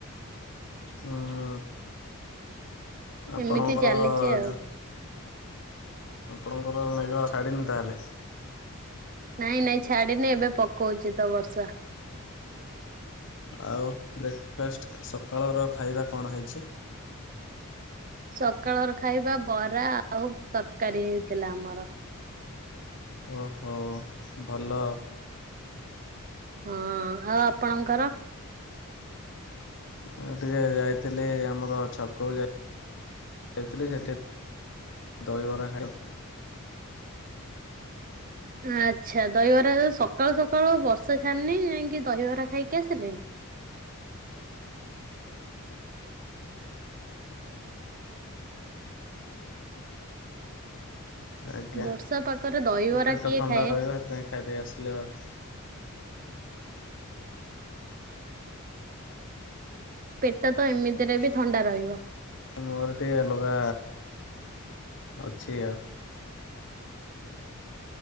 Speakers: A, on the left; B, on the right.
A: ହୁଁ ହୁଁ
B: ଏମିତି
A: ଆପଣଙ୍କର
B: ଚାଲିଛି ଆଉ
A: ଯ ଆପଣଙ୍କର <unintelligible> ତାହେଲେ
B: ନାଇଁ ନାଇଁ ଛାଡିିନି ଏବେ ପକଉଛି ତ ବର୍ଷା।
A: ଆଉ ବ୍ରେକ ଫାଷ୍ଟ ସକାଳର ଖାଇବା କଣ ହେଇଛି?
B: ସକାଳର ଖାଇବା ବରା ଆଉ ତରକାରୀ ହେଇଥିଲା ଆମର।
A: ଓହୋ ଭଲ।
B: ହଁ ଆଉ ଆପଣଙ୍କର?
A: ମୁଁ ଟିକେ ଯାଇଥିଲି ଆମର <unintelligible> <unintelligible> ସେଠି ଦହିବରା
B: ଆଚ୍ଛା ଦହିବରା ସକାଳୁ ସକାଳୁ ବର୍ଷା ଛାଡିନି ଯାଇକି ଦହିବରା ଖାଇକି ଆସିଲେଣି?
A: ଆଜ୍ଞା
B: ବର୍ଷା ପାଗରେ ଦହିବରା
A: ପେଟ
B: କିଏ
A: ଥଣ୍ଡା
B: ଖାଏ?
A: ରହିବ ସେଥିପାଇଁ ଖାଇଦେଇ ଆସିଲି ଆଉ।
B: ପେଟ ତ ଏମିତିରେ ବି ଥଣ୍ଡା ରହିବ।
A: ମୋର ଟିକେ ଅଲଗା ଅଛି ଆଉ।